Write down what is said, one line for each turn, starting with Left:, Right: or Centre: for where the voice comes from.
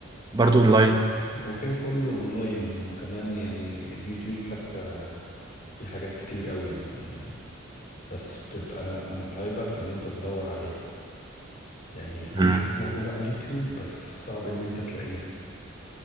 Right: برضو اونلاين
Left: هو كده كله اونلاين وكمان يعني اليوتيوب حتى في حاجات كتير قوي يعني بس بتبقى متعبة في ان انت تدور عليها يعني كل
Right: <laughs>
Left: حاجة موجودة على اليوتيوب بس صعب ان انت تلاقيها